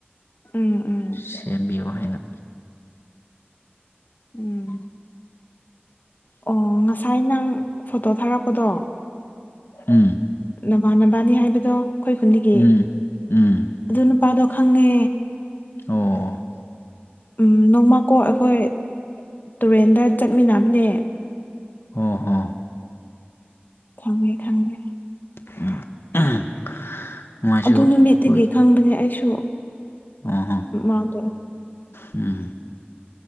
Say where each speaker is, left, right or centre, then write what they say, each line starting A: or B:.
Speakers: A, on the left (about 50°); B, on the left (about 70°).
A: ꯎꯝ ꯎꯝ
B: ꯁꯦꯝꯕꯤꯌꯨ ꯍꯥꯏꯅ
A: ꯎꯝ ꯑꯣ ꯉꯁꯥꯏ ꯅꯪ ꯐꯣꯇꯣ ꯊꯥꯔꯛꯄꯗꯣ
B: ꯎꯝ
A: ꯅꯃꯥꯟ ꯅꯕꯥꯅꯕꯅꯤ ꯍꯥꯏꯕꯗꯣ ꯑꯩꯈꯣꯏ ꯈꯨꯟꯒꯤ
B: ꯎꯝ ꯎꯝ
A: ꯑꯗꯨ ꯅꯨꯄꯥꯗꯣ ꯈꯪꯉꯦ
B: ꯑꯣ
A: ꯎꯝ ꯅꯣꯡꯃꯀꯣ ꯑꯩꯈꯣꯏ ꯇꯨꯔꯦꯟꯗ ꯆꯠꯃꯤꯟꯅꯕꯅꯦ
B: ꯑꯣ ꯑꯝ
A: ꯈꯪꯉꯦ ꯈꯪꯉꯦ
B: <inaudible>
A: ꯑꯗꯨ ꯅꯨꯃꯤꯠꯇꯒꯤ
B: ꯀꯣꯏ
A: ꯈꯪꯕꯅꯦ ꯑꯩꯁꯨ
B: ꯑꯣꯍꯣ
A: ꯃꯥꯗꯣ
B: ꯎꯝ